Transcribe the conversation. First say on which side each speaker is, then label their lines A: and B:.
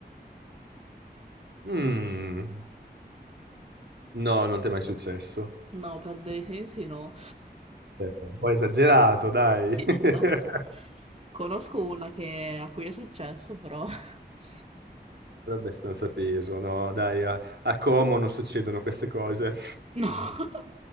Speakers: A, on the right (about 80°); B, on the right (about 35°).
A: Mm, no, non ti è mai successo.
B: No, perdere i sensi no. <laughs>
A: Eh, Un po' esagerato, dai.
B: Sì,
A: <laughs> Però
B: esatto. Conosco una che- a cui è successo, però... <laughs>
A: è abbastanza peso, no? Dai, a, a Como non succedono queste cose.
B: No, <laughs>